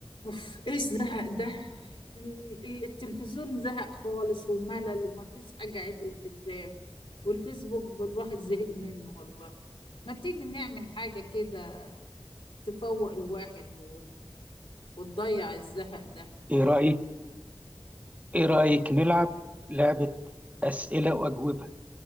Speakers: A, on the left; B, on the right.
A: اوف ايش زهق ده ال- ال- التلفزيون زهق خالص وملل وما فيش حاجة عدلة تتلعب والفيسبوك الواحد زهق منه والله ما تيجي نعمل حاجة كده تفوق الواحد و... وتضيع الزهق ده
B: ايه رأيك ايه رأيك نلعب لعبة أسئلة وأجوبة